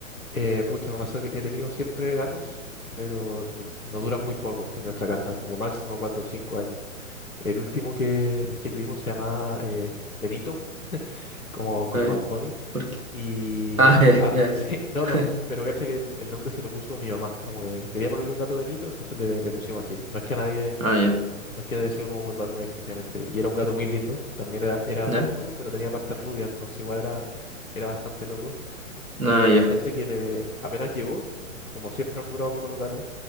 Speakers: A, on the left (about 80°); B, on the right (about 80°).
A: Eh, pucha, me pasó que he tenido siempre gatos, pero no, no duran muy poco en nuestra casa, como máximo cuatro o cinco años. El último que, que tuvimos se llamaba eh, Benito, como, como
B: a ver,
A: Adboni
B: ¿por qué?
A: Y.
B: Ah, ya,
A: Ah,
B: ya,
A: <laughs> sí, no, no,
B: ya.
A: pero
B: <laughs>
A: cacha que el, el nombre se lo puso mi mamá. Como que quería ponerle un gato Benito, entonces le, le pusimos así. No es que a nadie,
B: Ah, ya,
A: no es que haya sido como por Batman exclusivamente. Y era un gato muy lindo, también era, era blanco,
B: ya,
A: pero tenía partes rubias, entonces igual era, era bastante loco.
B: no,
A: Y
B: ya,
A: cacha que le, apenas llegó, como siempre han durado poco los gatos,